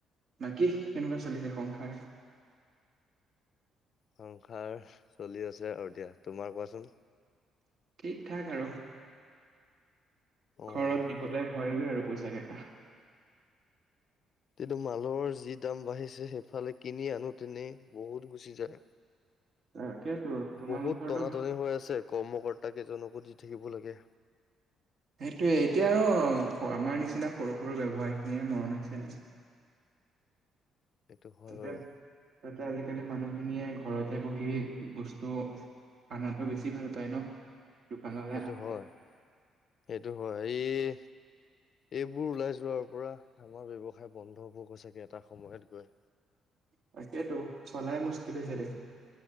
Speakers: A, on the right (about 50°); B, on the left (about 45°).
A: বাকী কেনেকুৱা চলিছে সংসাৰ?
B: সংসাৰ চলি আছে আৰু দিয়া। তোমাৰ কোৱাচোন?
A: ঠিক ঠাক আৰু।
B: অ'।
A: ঘৰত দিবলৈ হয়গৈ আৰু পইচাকেইটা।
B: কিন্তু মালৰ যি দাম বাঢ়িছে সেইফালে কিনি আনো তেনে বহুত গুচি যায়।
A: তাকেতো তোমালোকৰতো
B: বহুত টনাটনি হৈ আছে কৰ্মকৰ্তা কেইজনো। দি থাকিব লাগে।
A: সেইটোয়ে এতিয়া আৰু আমাৰ নিচিনা সৰু-সৰু ব্যৱসায় খিনিয়ে মৰন হৈছে আৰু।
B: সেইটো হয়
A: ত
B: বাৰু।
A: ত আধিকি মানু <unintelligible> খিনিয়ে ঘৰতে বহি বস্তু আনাতো বেছি ভাল পায় ন। দোকানলৈ
B: সেইটো
A: আহাতকে
B: হয়, সেইটো হয়। এই, এইবোৰ ওলাই যোৱাৰ পৰা আমাৰ বব্যৱসায় বন্ধ হ'ব গৈ চাগে এটা সময়ত গৈ।
A: তাকেতো চলাই মুস্কিল হৈছে দেখোন।